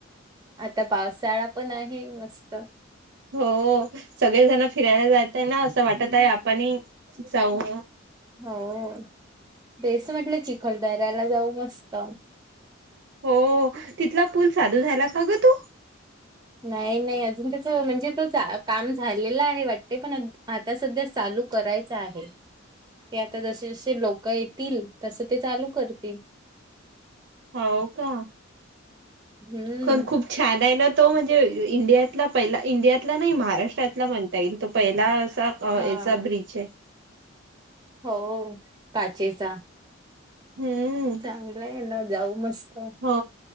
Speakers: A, on the right; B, on the right.
A: आता पावसाळा पण आहे मस्त
B: होओ सगळेजण फिरायला जात आहेना असं वाटत आहे आपणही जाऊया.
A: हो ओ तेच म्हटलं चिखलदाऱ्याला जाऊ मस्त!
B: हो तिथला पूल चालू झाला का ग तू
A: नाई-नाई आजुन. अ त्याच म्हणजे तेच काम झालेलं आहे वाटत. पण आता सध्या चालू करायच आहे. ते आता जशे-जशे लोक येतील. तस ते चालू करतील.
B: होव का.
A: हम्म.
B: खण खूप छान आय ना तो म्हणजे इंडियातला पहिला इंडियातला नाहीं महाराष्ट्रातला म्हणता येईल तो पहीला. <unintelligible>
A: हा
B: हेचा ब्रिच हाय.
A: हो ओ काचेचा.
B: हम्म
A: चांगलंय ना जाऊ मस्त.
B: हो